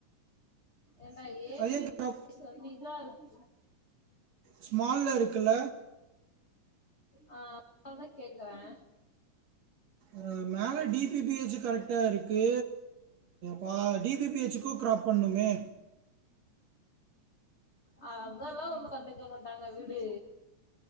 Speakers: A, on the left; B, on the right.
A: ஏன்டா ஏ
B: அது
A: பி
B: ஏன் கர
A: டி சொன்னிதா இருக்
B: ஸ்மால்ல இருக்குல
A: ஆ <inaudible> தா கேக்குறே
B: ஆ மேல டி பி பி ஹச் கரெக்டா இருக்கு பா டி பி பி ஹெச்சுக்கு கிராப் பண்னுமே
A: ஆ அதெல்லா ஒண்ணு கண்டுக்க மாட்டாங்க விடு